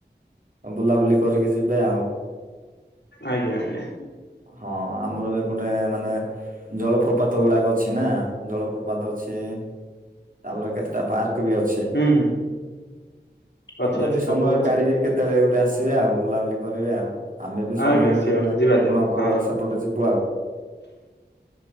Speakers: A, on the right (about 50°); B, on the left (about 90°).
A: ବୁଲାବୁଲି କରିକି ଯିବେ ଆଉ।
B: ଆଜ୍ଞା ଆଜ୍ଞା
A: ହଁ ଆମର ଗୋଟେ ମାନେ ଜଳପ୍ରପାତ ଗୁଡାକ ଅଛି ନା ଜଳପ୍ରପାତ। ଅଛି ତାପରେ କେତେଟା ପାର୍କ ବି ଅଛି।
B: ହୁଁ ହୁଁ ଅଛି
A: ତ ଯଦି
B: ଅଛି
A: ସମୟ
B: ସବୁ ଅଛି।
A: କାଢିକି କେତେବେଳେ ଗୋଟେ ଆସିବେ ଆଉ ବୁଲାବୁଲି କରିବେ ଆଉ। ଆମେ ବି
B: ଆଜ୍ଞା
A: ସମୟ ମିଳେ
B: ସିଓର ଯିବା
A: ଆପଣଙ୍କର
B: ଯିବା ହଁ।
A: ଆଉ ସେପଟ ଯିବୁ ଆଉ।